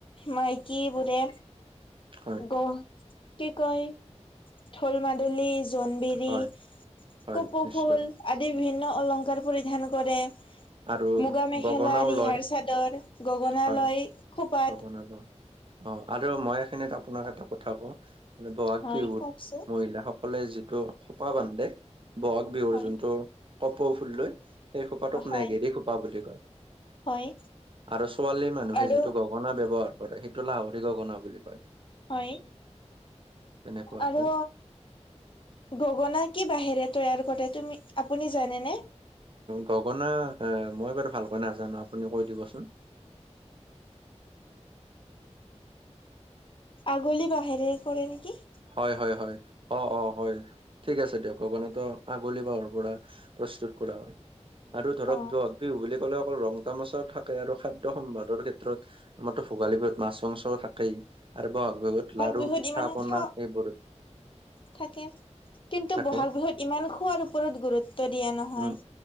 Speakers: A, on the left (about 45°); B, on the right (about 45°).
A: মাইকী বোৰে
B: হয়
A: গ কি কয় ঢোল মাদুলি জোনবিৰি,
B: হয় হয়
A: কপৌ
B: নিশ্চয়
A: ফুল, আদি বিভিন্ন অলংকাৰ পৰিধান কৰে।
B: আৰু
A: মুগা মেখেলা,
B: গগনাও
A: ৰিহাৰ
B: লয়
A: চাদৰ, গগনাা
B: হয়
A: লয় খোপাত।
B: <unintelligible> অ', আৰু মই এখিনত আপোনাক এটা কথা কওঁ, বহাগ
A: হয়
B: বিহুত
A: কওকচোন
B: মহিলা সক সকলে যিটো খোপা বান্ধে, বহাগ বিহুৰ
A: হয়
B: যোনটো কপৌ ফুল লৈ সেই খোপাটোক নেগেৰি
A: হয়
B: খোপা বুলি কয়।
A: হয়
B: আৰু ছোৱালীৰ মানুহে
A: আৰু
B: যিটো গ গনা ব্যৱহাৰ কৰে, সেইটো লাহৰি গগনা বুলি কয়।
A: হয়।
B: তেনেকুৱাকৈ
A: আৰু গগনা কি বাহেৰে তৈয়াৰ কৰে তুমি আপুনি জানেনে?
B: গগনা মই বাৰু ভালকৈ নাজানো আপুনি কৈ দিবচোন?
A: আগলি বাহেৰে কৰে নেকি?
B: হয় হয় হয়। অ', অ' হয়। ঠিক আছে দিয়ক গগনাতো আগলি বাহৰ পৰা প্ৰস্তুত কৰা হয়। আৰু ধৰক
A: অ'
B: যক বিহু বুলি ক'লে অকল ৰং তামাচাও থাকে আৰু খাদ্য সম্ভাদৰ ক্ষেত্ৰত আমাৰতো ভোগালী বিহুত মাছ মাংসও থাকেই। আৰু বহাগ বিহুত লাাৰু
A: বিহুত
B: পিঠা
A: ইমান
B: পনা
A: খাওঁ
B: বৰ
A: থাকে কিন্তু,
B: থাকে
A: বহাগ বিহুত ইমান খোৱাৰ ওপৰত গুৰুত্ব দিয়া নহয়।
B: উম